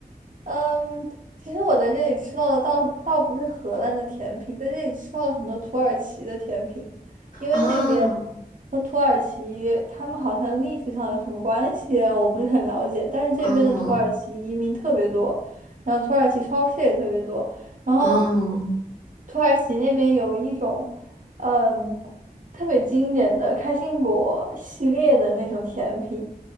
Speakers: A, on the right (about 60°); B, on the left (about 55°).
A: 嗯，其实我在这里吃到的倒倒不是荷兰的甜品，在这里吃到了很多土耳其的甜品，因为这边
B: 啊
A: 和土耳其他们好像历史上有什么关系啊，我不是很了解。但是这边的土耳其移民特别多，
B: 啊
A: 然后土耳其超市也特别多，然后
B: 啊！
A: 土耳其那边有一种嗯特别经典的开心果系列的那种甜品，